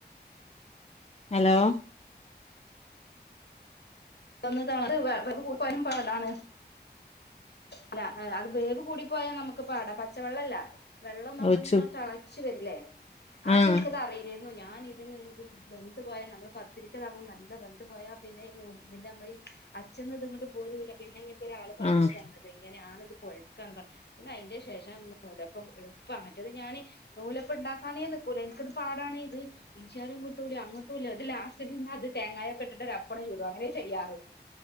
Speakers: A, on the left; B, on the left.
A: ഹലോ.?
B: ഒന്ന് തള ട്ട് വേവ് കുടിപോയലും പാടാണ് അല്ല അത് വേവ് കൂടി പോയാ നമുക്ക് പാട പച്ചവെള്ളല്ല വെള്ളം നമ്മളിങ്ങനെ.
A: റോച്ചു
B: ച്ഛ് വരില്ലേ? ആദ്യം
A: ആഹ്
B: ൻക്ക്ത് അറിയിലേന്നു. ഞാന് ഇതിന് ഇത് വെന്ത് പോയാ നമ്മള് പത്തിരിക്ക്താകും നല്ല വെന്ത് പോയാ പിന്നെ ഈന്നുൾപ്പുട്ടിൻ്റെ ഞമ്മള് ഈ അച്ഛ്ന്ന് ഇത്ങ്ങട്ട് പോരുംല്ല. പിന്നെ ഇങ്ങനക്ക് ഒരാൾ പറന്ന്തന്നത്
A: ആഹ്
B: ഇങ്ങനെയാണ്. ഇത് കൊഴക്കാന്ന്. പിന്നെ അയിന്റെ ശേഷം നൂലപ്പം എളുപ്പാ മറ്റത് ഞാന്. നൂലപ്പ ഇണ്ടാക്കാനേ നിക്കൂല. എനിക്ക്ത് പാടാണെ ഇത്. പിച്ചിയാലും കിട്ടുല്ല അങ്ങോട്ടുല്ല. ഇത് ലാസ്റ്റിൽ നിന്ന് അത് തേങ്ങയൊക്കെ ഇട്ടിട്ട് ഒരാപ്പം ചുടും അങ്ങനെ ചെയ്യാറ്.